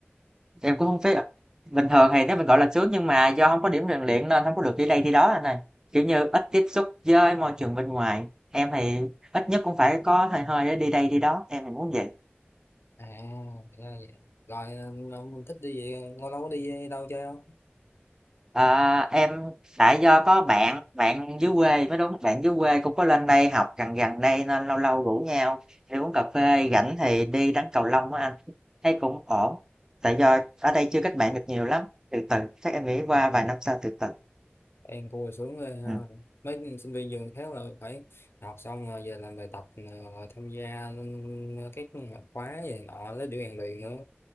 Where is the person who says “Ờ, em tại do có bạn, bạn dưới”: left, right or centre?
Right